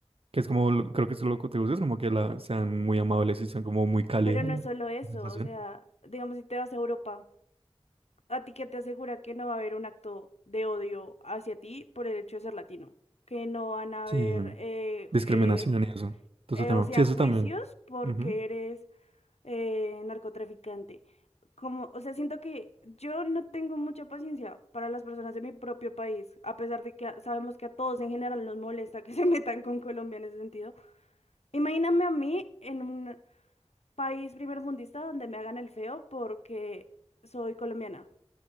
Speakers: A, on the right (about 60°); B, on the left (about 80°).
A: que es como, lo- creo que es lo que te gusta, es como que la, sean muy amables y sean como muy cálida
B: pero no
A: la,
B: es solo eso,
A: la sensación.
B: o sea, digamos si te vas a Europa, ¿a ti qué te asegura que no va a haber un acto de odio hacia ti por el hecho de ser latino? Que no van a
A: Sí,
B: haber,
A: em,
B: eh,
A: discriminación
B: eh,
A: y eso. Entonces,
B: eh,
A: tema.
B: o sea,
A: Sí, eso
B: juicios
A: también.
B: porque
A: Ujú.
B: eres eh, narcotraficante. Como, o sea, siento que yo no tengo mucha paciencia para las personas de mi propio país, a pesar de que a- sabemos que a todos en general nos molesta que <laughs> se metan con Colombia en ese sentido. Imagíname a mí en un país primermundista donde me hagan el feo porque soy colombiana.